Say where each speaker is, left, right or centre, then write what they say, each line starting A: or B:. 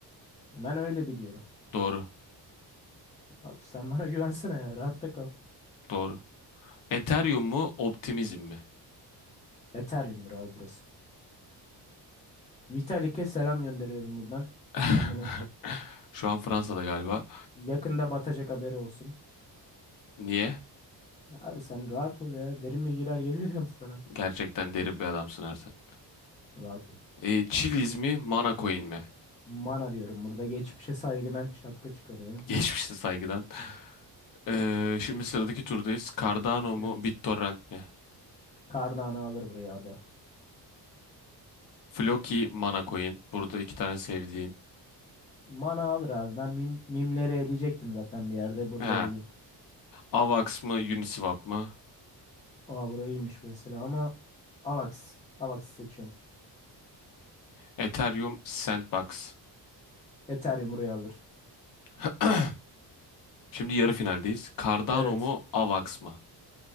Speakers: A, on the left (about 15°); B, on the left (about 55°).
A: Ben öyle biliyorum.
B: Doğru,
A: Abi sen bana güvensene ya. Rahatta kal.
B: doğru. Ethereum mu, Optimizm mi?
A: Ethereum'dur abi burası. Vitalik'e selam gönderiyorum buradan.
B: <laughs>
A: Kendini
B: Şu an Fransa'da galiba.
A: yakında batacak haberi olsun.
B: Niye?
A: Abi sen rahat ol ya. Derin bilgiler geliyor diyorum sana.
B: Gerçekten derin bir adamsın Ertan.
A: Rahat ol.
B: E, Chiliz mi, Mana Coin mi?
A: Mana diyorum burada geçmişe saygıdan şapka çıkarıyorum.
B: <laughs> Geçmişte saygıdan. E, şimdi sıradaki turdayız. Cardano mu,
A: Evet.
B: BitTorrent mi?
A: Cardano alır buraya adı.
B: Floki, Mana Coin. Burada iki tane sevdiğin.
A: Mana alır abi. Ben mim, mimleri eleyecektim zaten bir yerde. Burada
B: He.
A: eleyeyim.
B: AVAX mı, Uniswap mı?
A: Aa burayıymış mesela ama Avax. Avax seçiyorum.
B: Ethereum, Sandbox.
A: Ethereum buraya alır.
B: <clears throat> Şimdi yarı finaldeyiz. Cardano
A: Evet.
B: mu, AVAX mı?